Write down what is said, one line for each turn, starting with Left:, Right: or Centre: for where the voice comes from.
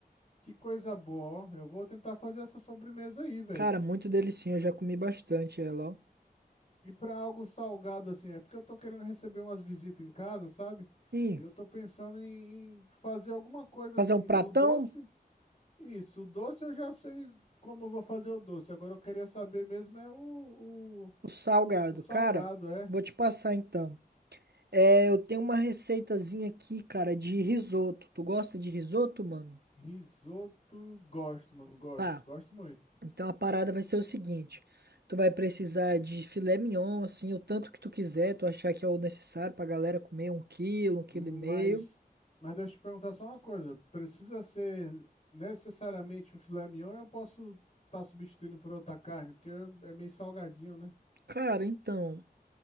Left: que coisa boa, ó. Eu vou tentar fazer essa sobremesa aí, velho.
Right: Cara, muito delicinha, eu já comi bastante ela, ó.
Left: E para algo salgado assim, é porque eu tô querendo receber umas visitas em casa, sabe?
Right: Sim,
Left: E eu tô pensando em em fazer alguma coisa
Right: fazer
Left: assim,
Right: um pratão?
Left: o doce, isso, o doce eu já sei como eu vou fazer o doce. Agora eu queria saber mesmo é o, o,
Right: O salgado.
Left: o salgado,
Right: Cara,
Left: é.
Right: vou te passar então. É, eu tenho uma receitazinha aqui, cara, de risoto. Tu gosta de risoto, mano?
Left: Risoto, gosto, mano, gosto,
Right: Tá.
Left: gosto muito.
Right: Então a parada vai ser o seguinte. Tu vai precisar de filé mignon, assim, o tanto que tu quiser, tu achar que é o necessário pra galera comer um quilo, um
Left: Mas,
Right: quilo e meio.
Left: mas deixa eu te perguntar só uma coisa, precisa ser necessariamente o filé mignon ou eu posso estar substituindo por outra carne? Porque é meio salgadinho, né?
Right: Cara, então,